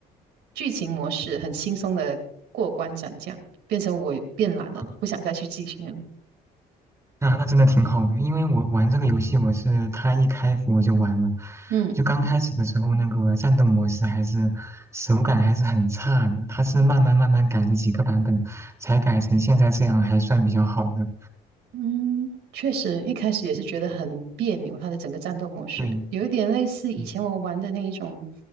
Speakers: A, on the right (about 80°); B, on the right (about 15°).
A: 剧情模式，很轻松的过关斩将，变成我变懒了，
B: 嗯，
A: 不想再去继续了。
B: 那那真的挺好的，因为我玩这个游戏，我是它一开服我就玩了，
A: 嗯。
B: 就刚开始的时候那个战斗模式还是手感还是很差的，它是慢慢慢慢改了几个版本，才改成现在这样还算比较好的。
A: 嗯，确实，一开始也是觉得很别扭，它的整个战斗模式有一点类似以前我玩的那一种，
B: 对，嗯